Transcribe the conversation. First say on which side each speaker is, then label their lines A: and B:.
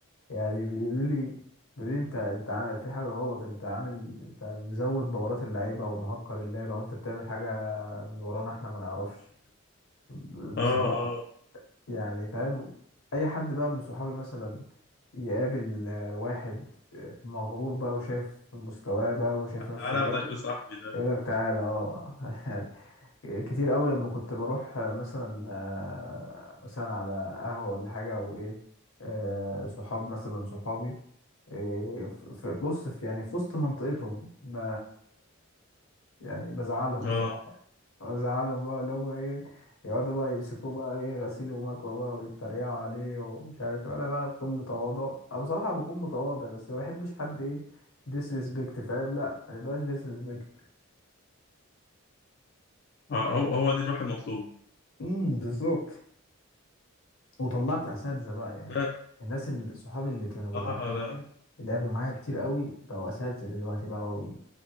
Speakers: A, on the left; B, on the left.
A: يعني بيقولوا لي بيقولوا لي انت انت عامل في حاجة غلط انت عامل انت مزود بورات اللعيبة ومهكر اللعبة وانت بتعمل حاجة من ورانا احنا ما نعرفش ب-
B: اه
A: بصراحة
B: اه
A: يعني فاهم اي حد بقى من صحابي مثلا يقابل آه، واحد آه، مغرور بقى وشايف مستواه بقى وشايف نفسه
B: تعالى
A: جامد
B: أخدك لصاحبي ده
A: يقول لك تعالى اه <laughs> يعني كتير قوي لما كنت بروح آه، مثلا آه، مثلا على قهوة ولا حاجة وايه آه، صحاب مثلا صحابي إيه، ف- ف- بص في يعني في وسط منطقتهم ب... يعني بزعلهم
B: اه
A: بصراحة بزعلهم بقى اللي هم ايه يقعدوا بقى يمسكوه بقى ايه غسيل ومكوى بقى ويتريقوا عليه ومش عارف ايه. انا بقى بكل تواضع انا بصراحة بكون متواضع بس ما بحبش حد ايه ديسريسبكت فاهم لا ما يبقاش ديسريسبكت
B: اه هو هو دي الروح المطلوب
A: امم بالظبط وطلعت اساتذه بقى يعني
B: لا
A: الناس ال- صحابي اللي كانوا بيلعبوا
B: اه
A: معايا
B: لا
A: اللي لعبوا معايا كتير قوي بقوا اساتذه دلوقتي بقى و...